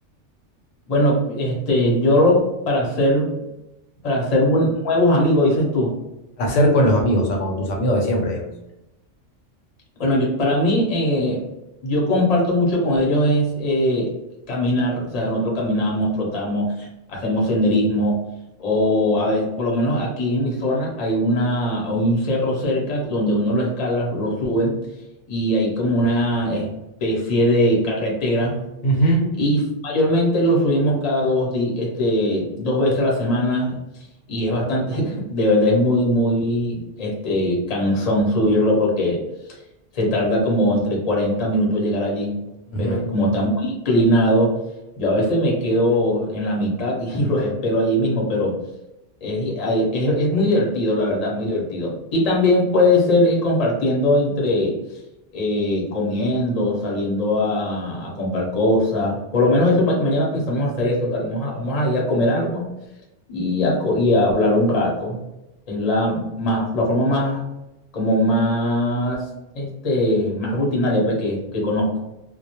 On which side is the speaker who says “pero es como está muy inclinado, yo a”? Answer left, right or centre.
Left